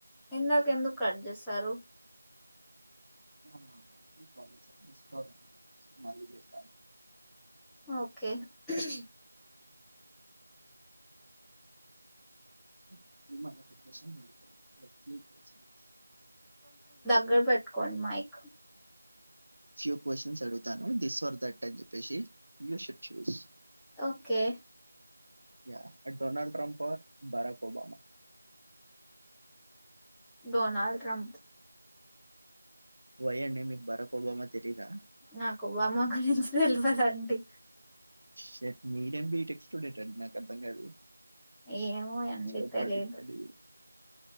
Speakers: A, in the centre; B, on the right.
A: ఇందాక ఎందుకు కట్ చేశారు
B: అవునా చూసుకోలే మిస్ కాల్ మళ్ళీ చేస్
A: ఓకే హు హుం
B: సో మిమ్మల్ని ఒక క్వశ్చన్ అడుగుతా లైక్ త్రీ క్వశ్చన్స్
A: గ్గర పెట్టుకోండి మైక్
B: ఫ్యూ కోషన్స్ అడుగుతాను దిస్ వర్ దట్ అన్ చెప్పేసి you should choose
A: okay
B: yeah Donald Trump or Barack Obama
A: Donald Trump
B: why అండి మీకు బరాక్ ఒబామా తెలీదా
A: నాకు ఒబామా గురించి తెలవదం టి
B: షిట్ మీరేం బీటెక్ స్టూడెంట్ అండి నాకు అర్థం కాదు
A: ఏమో అండి
B: జియో
A: తెలిదు
B: పాలిటిక్స్ చదివి